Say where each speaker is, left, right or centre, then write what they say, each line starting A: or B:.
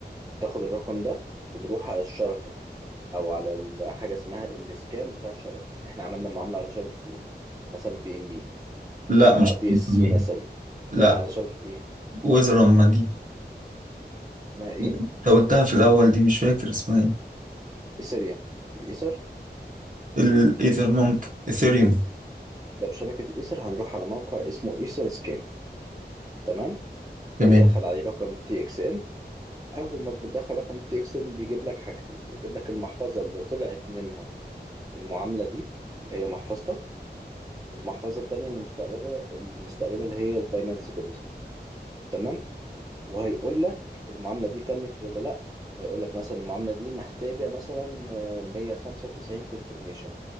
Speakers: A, on the right; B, on the right.
A: تاخد الرقم ده بنروح على الشبكه او على ال- حاجه اسمها الاسكان بتاع الشبكه احنا عملنا معامله على شبكه ايه مثلا بي ام بي
B: لا
A: آه،
B: مش
A: بي
B: دي.
A: اس سي مثلا
B: لا
A: آه، على شبكه ايه
B: ويزرم دي
A: اسمها ايه
B: انت قلتها في الاول دي مش فاكر اسمها ايه
A: ايثريوم الايثر
B: الايثر ممكن ايثيريوم
A: لا شبكه الايثر هنروح على موقع اسمه ايثر سكان تمام
B: تمام
A: بندخل عليه رقم تي اكس ان اول ما بتدخل رقم التي اكس ان بيجيب لك حاجتين بيجيب لك المحفظه اللي طلعت منها المعامله دي اللي هي محفظتك والمحفظه التانيه اللي مستقبلها المستقبلها اللي هي الباينانس ديبوزيت تمام وهيقول لك المعامله دي تمت ولا لا هيقول لك مثلا المعامله دي محتاجه مثلا آه، 195 كونفرميشن